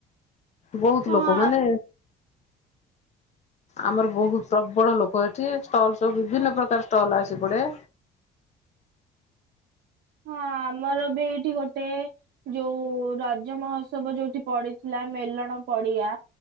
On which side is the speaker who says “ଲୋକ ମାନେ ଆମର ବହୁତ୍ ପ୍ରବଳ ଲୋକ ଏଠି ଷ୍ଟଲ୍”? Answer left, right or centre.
Left